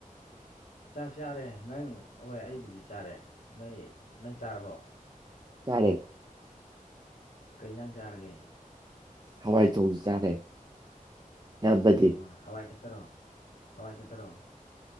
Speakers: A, on the left; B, on the right.
A: ꯆꯥꯛ ꯆꯥꯔꯦ ꯅꯪ ꯍꯣꯏ ꯑꯩꯕꯨꯗꯤ ꯆꯥꯔꯦ ꯅꯣꯏ ꯅꯪ ꯆꯥꯔꯕꯣ
B: ꯇꯥꯔꯦ
A: ꯀꯩ ꯑꯦꯟꯖꯥꯡ ꯆꯥꯔꯒꯦ
B: ꯍꯋꯥꯏ ꯊꫭꯡꯕ ꯆꯥꯔꯦ ꯏꯌꯥꯝꯕꯗꯤ
A: ꯑꯣ ꯍꯋꯥꯏ ꯈꯠꯇꯔꯣ ꯍꯋꯥꯏ ꯈꯠꯇꯔꯣ